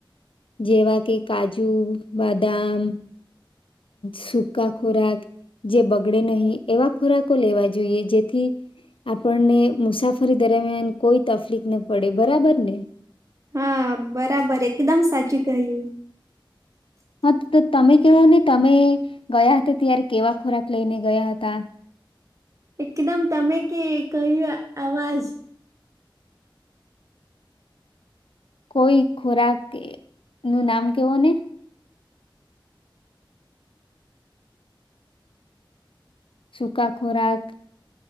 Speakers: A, on the left; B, on the right.
A: જેવા કે કાજુ, બદામ સૂકા ખોરાક જે બગડે નહીં એવા ખોરાકો લેવા જોઈએ, જેથી આપણને મુસાફરી દરમિયાન કોઈ તફલીક ન પડે બરાબર ને.
B: હા, બરાબર, એકદમ સાચું કહ્યું.
A: હા તો તો તમે કેવો ને તમે ગયા હતા ત્યારે કેવા ખોરાક લઈને ગયા હતા.
B: એકદમ તમે કે કર્યું અવાજ
A: કોઈ ખોરાક નું નામ કેવો ને. સુકા ખોરાક